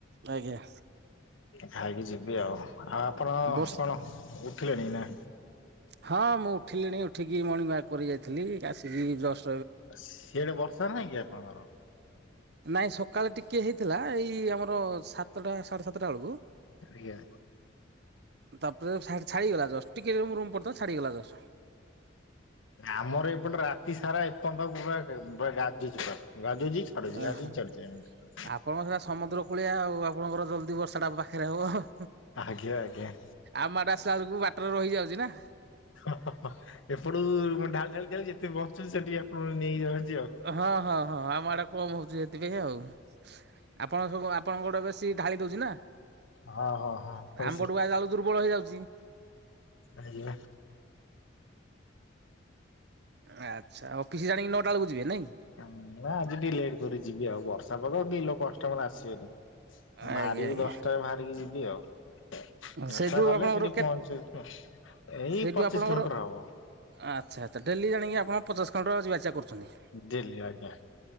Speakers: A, on the right; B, on the left.
A: ଆଜ୍ଞା।
B: ଖାଇକି ଯିବି ଆଉ ଆଉ ଆପଣ
A: ବର୍ଷ
B: କଣ ଉଠିଲେଣି ନା।
A: ହଁ ମୁଁ ଉଠିଲିଣି ଉଠିକି ମର୍ଣ୍ଣିଂ ୱାରକ୍ କରି ଯାଇଥିଲି ଆସିକି ଯଷ୍ଟ
B: ସିଆଡେ ବର୍ଷା ନାହିଁ କି ଆପଣଙ୍କର।
A: ନାଇଁ ସକାଳେ ଟିକେ ହେଇଥିଲା ଏଇ ଆମର ସାତଟା ସାଢେ ସାତଟା ବେଳକୁ
B: ଆଜ୍ଞା।
A: ତାପରେ ସା ଛାଡିଗଲା ଯଷ୍ଟ୍ ଟିକେ ରୁମ୍ ରୁମ୍ କରୁଥିଲା ଛାଡିଗଲା ଯଷ୍ଟ୍।
B: ଆମର ଏପଟେ ରାତି ସାରା ଏପନ୍ତ ପୁରା ବା <unintelligible> ଗାଜୁଚି ପୁରା ଗାଜୁଛି ଛାଡୁଛି
A: ଓହୋ
B: ଗାଜୁଛି ଛାଡୁଛି ଏମିତି। ପୁରା।
A: ଆପଣଙ୍କ ସେଟା ସମୁଦ୍ର କୂଳିଆ ଆଉ ଆପଣଙ୍କର ଜଲ୍ଦି ବର୍ଷା ଟା ପା ଖରେ ଓହୋ।
B: ଆଜ୍ଞା ଆଜ୍ଞା।
A: ଆମ ଆଡ଼େ ଆସିଲା ବେଳକୁ ବାଟରେ ରହିଯାଉଛି ନା।
B: ଓ ଏପଟୁ ଢାଲି ଢାଲି ଯାଉଚି ଯେତେ ବଞ୍ଚୁଚି ସେଠି ଆପଣ ନେଇଯାଉଛି ଆଉ।
A: ହଁ ହଁ ହଁ। ଆମ ଆଡ଼େ କମ୍ ହଉଛି ସେଥିପାଇଁ ଆଉ ଆପଣ ସବୁ ଆପଣଙ୍କ ଗୋଟେ ବେଶୀ ଢାଳି ଦଉଛି ନା।
B: ହଁ ହଁ ହଁ ହଉଛି
A: ଆମ୍ବ ପଟକୁ ଆଇଲା ବେଳକୁ ଦୁର୍ବଳ ହେଇଯାଉଛି।
B: ଆଜ୍ଞା।
A: ଆଚ୍ଛା ଅଫିସ ଯାଣିକି ନଅଟା ବେଳକୁ ଯିବେ ନାଇଁ।
B: ନାଁ ଆଜି ଟିକେ ଲେଟ୍ କରି ଯିବି ଆଉ ବର୍ଷା ପାଗ କେହି ଲୋକ୍ କଷ୍ଟମର୍ ଆସିବେନି।
A: ଆଜ୍ଞା
B: ବାହାରିବି
A: ଆଜ୍ଞା
B: ଦସ୍ଟାରେ ବାହାରିକି ଯିବି ଆଉ। ଦଶଟା
A: ସେଇଠୁ
B: ଗଲେ
A: ଆପଣଙ୍କର
B: ସେଠି
A: କେ
B: ପହଞ୍ଚିବୁ ଏଇ
A: ସେଇଠୁ
B: ପଚିଶ୍
A: ଆପଣଙ୍କର
B: କିଲୋମିଟର ହବ।
A: ଆଚ୍ଛା ଆଚ୍ଛା ଡେଲି ଜାଣିକି ଆପଣ ପଚାଶ୍ କିଲୋମିଟର ଯିବା ଆସିବା କରୁଚନ୍ତି?
B: ଡେଲି ଆଜ୍ଞା।